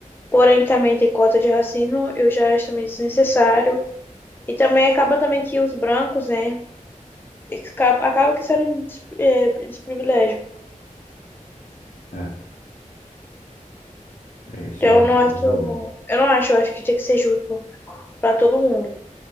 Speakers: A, on the left; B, on the left.
A: Porém, também tem cota de racismo, eu já acho também desnecessário. E também acaba também que os brancos, né, acaba, acaba que serem des- é, desprivilégio.
B: É. É isso
A: Então,
B: aí.
A: eu
B: isso
A: não acho,
B: aí, Realmente.
A: eu não acho, eu acho que tinha que ser justo. para todo mundo,